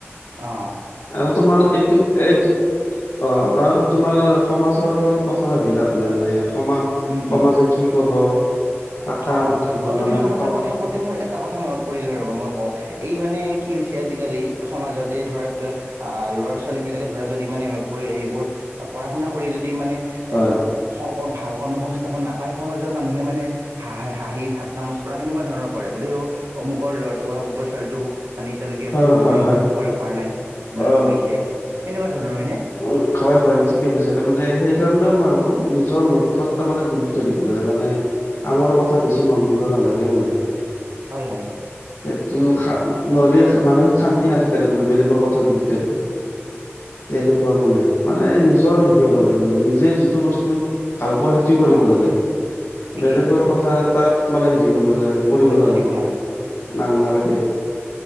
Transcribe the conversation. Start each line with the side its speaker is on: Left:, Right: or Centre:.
Right: অ'!
Left: আৰু তোমাৰ, এইটো-এইটো অ'!
Right: কোৱা
Left: ন আৰু তোমাৰ, সমাজৰ কথা ভাবি লাভ নাই মানে, সমা-
Right: উম
Left: সমাজে
Right: উম
Left: কি ক'ব। আকাংক্ষা
Right: অ'! অ'! তুমি
Left: মানে
Right: সমাজৰ
Left: কম
Right: কথা কওঁতে মোৰ, এ এটা কথা মনত পৰিলে, ৰ'বা মই কওঁ! এই মানে, কি হৈছে আজিকালি, সমাজত এই ধৰা, আঁ ল'ৰা-ছোৱালীবিলাকে ধৰা যদি মানে, সেইবোৰ পঢ়া-শুনা কৰি যদি মানে,
Left: হয়
Right: একো <unintelligible> ভাল কৰ্ম সংস্থাপন নাপায়। সমাজৰ মানুহে মানে, হাঁহ-হাঁহি, ঠাট্টা-মস্কৰা, সেনেকুৱা ধৰণৰ কৰে। বোলে অ' অমুকৰ ল'ৰাটো বা অমুকৰ ছোৱালীটো মানে, এতিয়ালৈকে
Left: হয়
Right: একো হোৱা
Left: হয়
Right: নাই,
Left: হয়
Right: একো কৰিব পৰা নাই, ইমান
Left: অ
Right: পঢ়িছে! সেনেকুৱা ধৰণৰ, হয়নে?
Left: উম, হয়, হয়! ঠিকে কৈছে। তাৰমানে, সেইকাৰণে মই ভাবোঁ! নিজৰ লক্ষ্যত তাৰমানে, গুৰু ত্ব দিব লাগে। মানে, আনৰ কথা বেছি মন দিব নালাগে, মানে।
Right: হয়, হয়!
Left: এইটো, নহ'লে মানসিক শান্তি নাথাকে, তাৰমানে বেলেগৰ কথা গুৰুত্ব দিলে। তেনেকুৱা মানে! মানে, নিজৰ সেৰি হ'ব লাগে মানে, নিজে যি টো বস্তু ভাল পোৱা, সেইটো কৰিব
Right: অঁ
Left: লাগে।
Right: ঠিকেই
Left: বেলেগৰ কথা তাত মানে, সেৰি কৰি <unintelligible> কৰিব
Right: গুৰুত্ব
Left: নালাগে,
Right: দিব
Left: নাল-নালাগে।